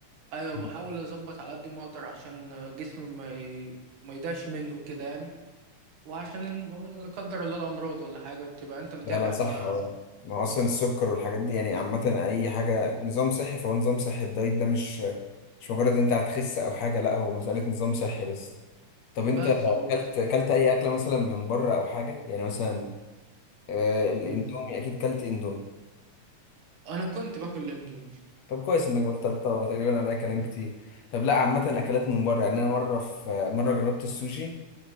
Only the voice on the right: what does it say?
ايوه بحاول
اظبط على قد ما اقدر عشان جسمي ما ي... ما يضيعش منه كده يعني وعشان الم... لا قدر الله الامراض ولا حاجه بتبقى انت متابع
بقى
بس اه
مم.
انا كنت باكل الاندومي